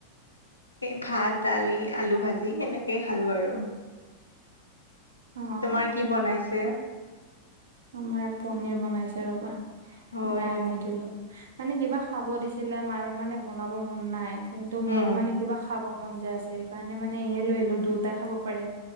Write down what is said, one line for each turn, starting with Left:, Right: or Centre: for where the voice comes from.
Left: এই ভাত, দালি, আলু ভাজি সেনেকেই খালোঁ আৰু।
Right: অ'।
Left: তোমাৰ কি বনাইছে
Right: আমাৰ পনিৰ বনাইছে ৰবা,
Left: অ
Right: মই আনি
Left: অ
Right: দিলোঁ। মানে কিবা খাব দিছিলে, মাৰ মানে বনাব মন নাই। কিন্তু মোৰ
Left: উম
Right: মানে কিবা খাব মন যায় আছে। সেইকাৰণে মানে এয়ে লৈ আহিলোঁ। দুটাই খাব পাৰিম।